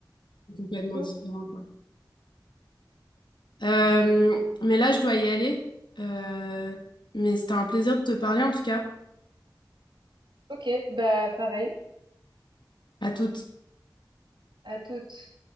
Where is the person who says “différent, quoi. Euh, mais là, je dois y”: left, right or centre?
Left